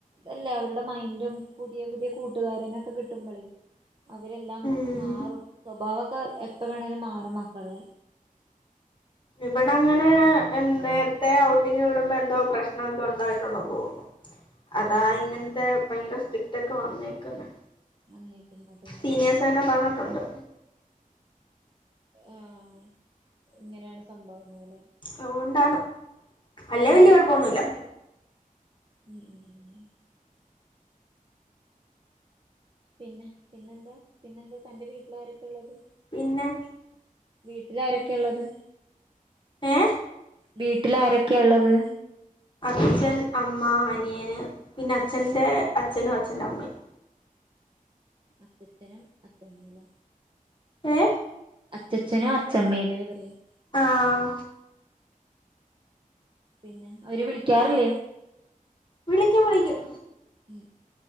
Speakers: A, on the right; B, on the left.
A: അല്ലേ അവരുടെ മൈൻഡും പുതിയ പുതിയ കൂട്ടുകാരനൊക്കെ കിട്ടുമ്പോഴേ അവരെല്ലാം
B: ഉം
A: മാറും സ്വഭാവമൊക്കെ എപ്പ വേണമേിലും മാറും ഹലോ
B: ഇവിടെ അങ്ങനെ നേരത്തെ ഔട്ടിംഗ് വിടുമ്പോ എന്തോ പ്രശ്നമൊക്കെ ഉണ്ടായിട്ടുണ്ടോന്ന് തോന്നുന്നു അതാ
A: ഉം
B: ഇങ്ങനത്തെ ഭയങ്കര സ്ട്രിക്റ്റ് ഒക്കെ വന്നേക്കന്ന്
A: വന്നേക്കുന്നതന്നെ
B: സീനിയേഴ്സ്
A: അത്
B: തന്നെ പറഞ്ഞിട്ടുണ്ട്
A: ആഹ ഇങ്ങനെയാണ് സംഭവംഎ ന്ന പോലെ
B: അതൊണ്ടാണ് അല്ല വല്യ കുഴപ്പൊന്നുമല്ല
A: ഉം ഉം ഉ പിന്നെ പിന്നെന്താ പിന്നെന്താ തന്റെ വീട്ടിലെ ആരൊക്കെ ഉള്ളത്
B: പിന്നെ
A: വീട്ടിലാരൊക്കെ ഉള്ളത്
B: ഏ
A: വീട്ടിൽ ആരൊക്കെയ ഉള്ളത്
B: അച്ഛൻ അമ്മ അനിയന് പിന്നെ അച്ഛറെ അച്ഛനും അച്ഛന്റെ അമ്മയും
A: അച്ഛനും അഛമ്മല്ല
B: ഏ
A: അച്ചഛനോ അച്ഛമ്മയിലേ പറയാം
B: ആഹ
A: പിന്നെ അവര് വിളിക്കാറില്ലേ
B: വിളിക്കും വിളിക്കും
A: ഉ